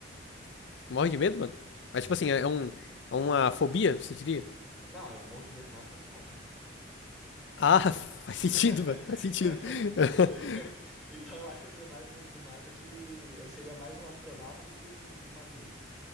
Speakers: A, on the left (about 65°); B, in the centre.
A: Morre de medo, mano.
B: Sim.
A: Mas tipo assim, é, é um, é uma fobia, você diria?
B: Não, eu morro de medo do mar porque eu não sei nadar.
A: Ah, <laughs> faz
B: <laughs>
A: sentido, mano, faz sentido. <laughs>
B: Entendeu? Então eu acho que eu tenho mais medo do mar do que. Eu seria mais um astronauta do que um um marinheiro.